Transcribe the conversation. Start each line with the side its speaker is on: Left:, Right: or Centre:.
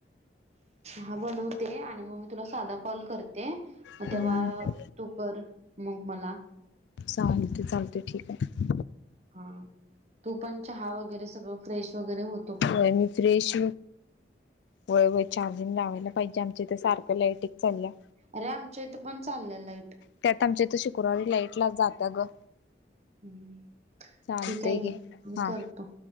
Right: हा बनवते आणि मग मी तुला साधा कॉल करते म
Left: हम्म
Right: तेव्हा तू कर मग मला
Left: चालतय चालतय ठीक आय.
Right: हा तू पण चहा वगैरे सगळं फ्रेश वगैरे हो तो
Left: हो मी फ्रेश व्हय व्हय चार्जिंग लावायला पाहिजे आमच्या इथ सारखं लाईटिक येत चाललीया.
Right: अरे आमच्या इथ पण चाललिया लाईट.
Left: त्यात आमच्या इथ शुक्रवारी लाईट ला जातीय ग.
Right: हम्म
Left: चालतंय
Right: ठीक आय
Left: घे
Right: की मी
Left: हा.
Right: करतो.